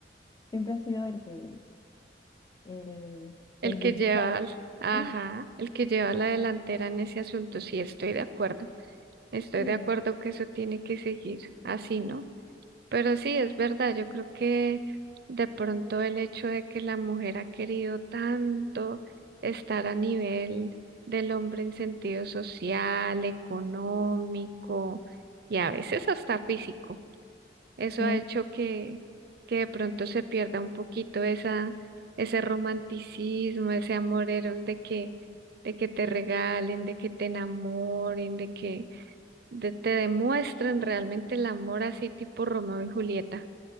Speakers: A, on the left; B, on the right.
A: siempre ha sido el que, el,
B: El
A: el
B: que
A: de...
B: lleva, al- ajá,
A: ¿no?
B: el que lleva la delantera en ese asunto, sí, estoy de acuerdo. Estoy
A: Sí,
B: de acuerdo que eso tiene que seguir así, ¿no? Pero sí, es verdad, yo creo que de pronto el hecho de que la mujer ha querido tanto estar a nivel del hombre en sentido social, económico y a veces hasta físico, eso
A: ujú.
B: ha hecho que, que de pronto se pierda un poquito esa, ese romanticismo, ese amor eros de que, de que te regalen, de que te enamoren, de que de- te demuestren realmente el amor así tipo Romeo y Julieta.